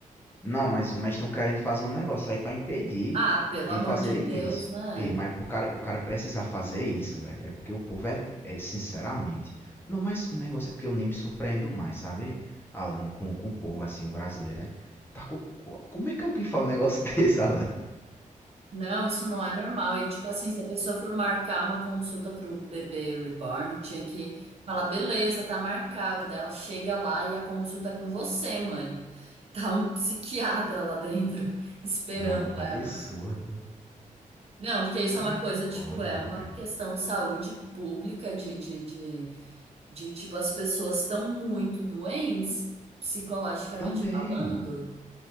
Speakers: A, on the left; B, on the right.
A: Não, mas mas estão querendo fazer um negócio aí pra impedir
B: Ah, pelo
A: de
B: amor
A: fazerem
B: de Deus,
A: isso.
B: né?
A: Ei, mas pro cara, o cara precisar fazer isso, velho, é porque o povo é, é sinceramente. Não, mas o negócio é porque eu nem me surpreendo mais, sabe, Alana, com, com o povo assim, o brasileiro, é. Tá com, como é que alguém fala um negócio <laughs> desse, Alana?
B: Não, isso não é normal. E, tipo assim, se a pessoa for marcar uma consulta pro bebê reborn, tinha que falar, beleza, tá marcado. Daí ela chega lá e a consulta é com você, mãe. <laughs> Tá um psiquiatra lá dentro, <laughs> esperando
A: Não, absurdo.
B: ela. Não, porque isso
A: Como
B: é uma
A: é
B: coisa,
A: que
B: tipo,
A: pode,
B: é
A: rapaz?
B: uma questão de saúde pública, de, de, de De tipo, as pessoas estão muito doentes, psicologicamente
A: Também.
B: falando.